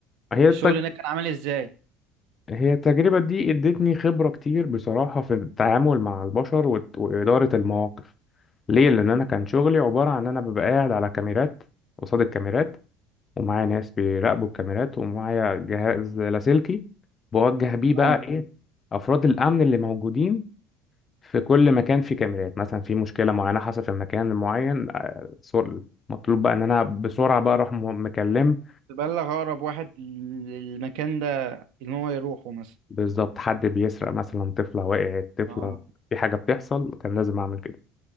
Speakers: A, on the left; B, on the right.
A: هي
B: الشغل هناك كان عامل ازاي
A: هي التجربة دي ادتني خبرة كتير بصراحة في التعامل مع البشر وت- وإدارة المواقف ليه؟ لأن أنا كان شغلي عبارة عن إن أنا ببقى قاعد على كاميرات قصاد الكاميرات ومعايا ناس بيراقبوا الكاميرات ومعايا جهاز لاسلكي بوجه بيه
B: اه
A: بقى إيه أفراد الأمن اللي موجودين في كل مكان في كاميرات مثلا في مشكلة معينة حصلت في مكان معين آه، صور- مطلوب بقى إن أنا بسرعة بقى أروح م- مكلم
B: تبلغ اقرب واحد للمكان ده ان هو يروحه مثلا
A: بالظبط حد بيسرق مثلا طفلة وقعت طفلة
B: اه
A: في حاجة بتحصل كان لازم أعمل كده